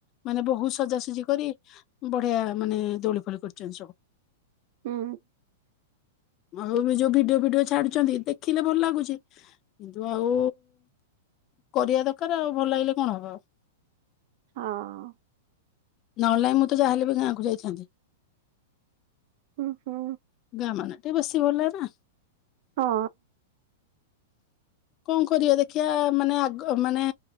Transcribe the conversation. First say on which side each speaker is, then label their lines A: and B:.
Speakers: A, on the left; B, on the right.
A: ମାନେ ବହୁ ସଜାସଜି କରି ବଢିଆ ମାନେ ଦୋଳିଫୋଳି କରିଛନ୍ତି ସବୁ।
B: ହୁଁ
A: <inaudible> ଯୋଉ ଭିଡିଓଫିଡିଓ ଛାଡୁଛନ୍ତି ଦେଖିଲେ ଭଲ ଲାଗୁଛି, କିନ୍ତୁ ଆଉ କରିବା ଦରକାର ଆଉ ଭଲ ଲାଗିଲେ କଣ ହବ ଆଉ।
B: ହଁ
A: ନହେଲେ ନାଇଁ ମୁଁ ତ ଯାହାହଲେ ବି ଗାଁଆକୁ ଯାଇଥାନ୍ତି।
B: ହୁଁ ହୁଁ।
A: ଗାଁ ମାନେ ଟିକେ ବେଶୀ ଭଲ ନା।
B: ହଁ
A: କଣ କରିବା ଦେଖିବା ମାନେ ଆଗ ମାନେ